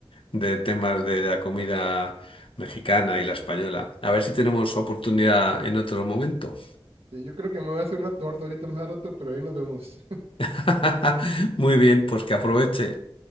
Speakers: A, on the left; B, on the right.
A: de temas de la comida mexicana y la española. A ver si tenemos oportunidad en otro momento.
B: sí, yo creo que me voy a hacer una torta ahorita más a rato, pero ahí nos vemos.
A: <laughs> Muy bien, pues que aproveche.